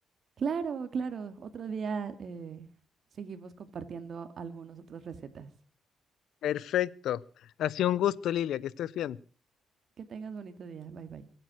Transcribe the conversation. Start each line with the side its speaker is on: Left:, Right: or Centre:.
Right: Claro, claro, otro día eh, seguimos compartiendo algunas otras recetas.
Left: Perfecto. Ha sido un gusto, Lilia, que estés bien.
Right: Que tengas bonito día, bye bye.